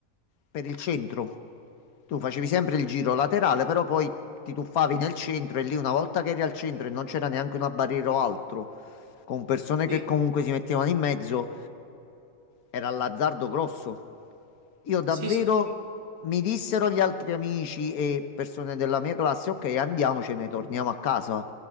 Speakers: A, on the left; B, on the right.
A: per il centro. Tu facevi sempre il giro laterale, però poi ti tuffavi nel centro e lì una volta che eri al centro e non c'era neanche una barriera o altro con persone
B: Sì,
A: che comunque si mettevano in mezzo, era l'azzardo grosso. Io davvero
B: sì, sì, sì, sì.
A: mi dissero gli altri amici e persone della mia classe, ok, andiamocene, torniamo a casa.